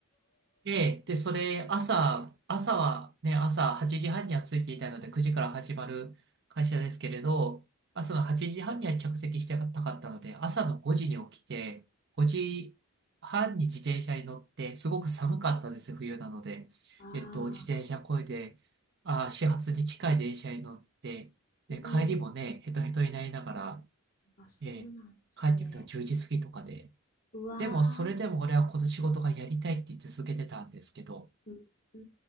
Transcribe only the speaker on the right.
で、で、それ、朝、朝はね、朝8時半には着いていたので、9時から始まる会社ですけれど、朝の8時半には着席してたかったので、朝の5時に起きて、5時半に自転車に乗って、すごく寒かったです、冬なので。
えっと、自転車こいで、あー、始発に近い電車に乗って、で、
帰りもね、
ヘトヘトになりながら、
えー帰ってくるのが10時過ぎとかで。
でも、それでも俺はこの仕事がやりたいって続けてたんですけど、